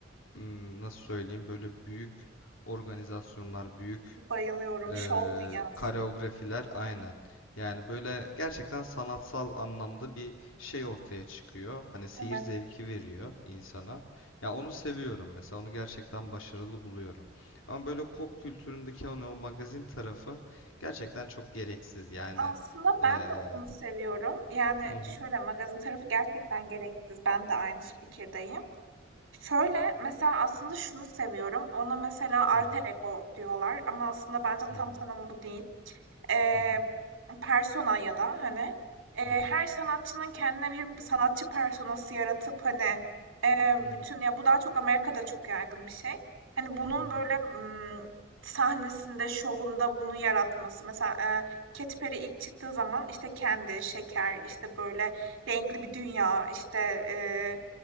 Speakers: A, on the left; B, on the right.
A: hmm, nasıl söyleyeyim böyle büyük organizasyonlar, büyük
B: Bayılıyorum
A: ee,
B: şov dünyasına.
A: koreografiler aynen. Yani böyle gerçekten sanatsal anlamda bir şey ortaya çıkıyor. Hani seyir
B: Evet.
A: zevki veriyor insana. Ya onu seviyorum mesela. Onu gerçekten başarılı buluyorum. Ama böyle pop kültüründeki hani o magazin tarafı gerçekten çok gereksiz. Yani
B: Aslında ben
A: ee,
B: de onu seviyorum. Yani
A: hı hı
B: şöyle magazin tarafı gerçekten gereksiz. Ben de aynı fikirdeyim. Şöyle mesela aslında şunu seviyorum. Ona mesela
A: hı
B: alter
A: hı
B: ego diyorlar ama aslında bence
A: hı
B: tam
A: hı
B: tanımı bu değil. eee,
A: hı hı
B: persona ya da hani eee,
A: hı hı
B: her sanatçının kendine bir sanatçı personası yaratıp hani eee,
A: hı
B: bütün
A: hı
B: ya bu daha çok Amerika'da çok yaygın bir şey. Hani bunun
A: hı hı.
B: böyle mm, sahnesinde, şovunda bunu yaratması. Mesela eee Katy Perry ilk çıktığı zaman işte kendi, şeker, işte böyle renkli bir dünya, işte eee,